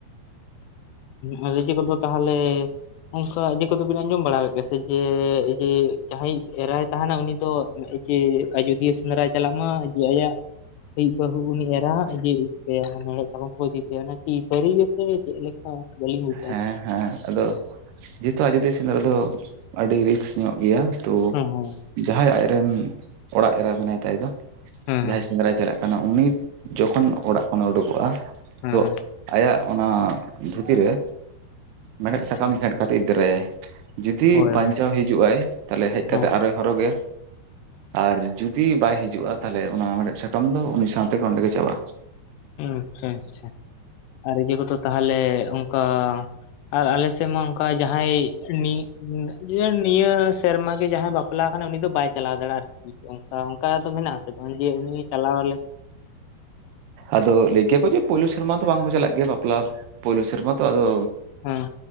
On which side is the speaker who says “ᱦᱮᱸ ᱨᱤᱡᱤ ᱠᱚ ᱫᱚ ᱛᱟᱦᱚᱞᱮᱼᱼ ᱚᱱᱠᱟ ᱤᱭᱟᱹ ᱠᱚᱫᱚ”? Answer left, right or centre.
Left